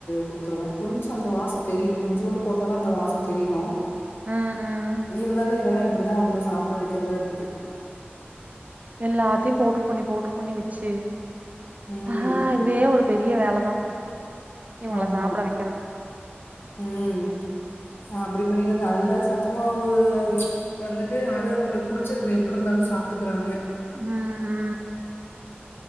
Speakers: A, on the left; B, on the right.
A: குடுத்துருவே கொஞ்சோ அந்த வாசோ தெரியு கொஞ்சூண்டு போட்டாலு அந்த வாசோ தெரியு
B: ம் உம்
A: இருந்தாலு இதெல்லா இப்பிடிதா அவுங்ள சாப்ட வெக்கிறதா இருக்குது
B: எல்லாத்தையு பவுட்ரு பண்ணி பவுட்ரு பண்ணி வெச்சி
A: ம்.
B: ஆ அதுவே ஒரு பெரிய வேலதா இவங்கள
A: ஆமா
B: சாப்ட வைக்கிறது
A: உம் அப்டி பண்ணிற்றதா அதுல்லாத சத்து மாவு வந்துட்டு அது அவுங்ளுக்கு புடிச்சிறுது எப்டி இருந்தாலு சாப்ட்டுக்குறாங்க
B: ம் ம்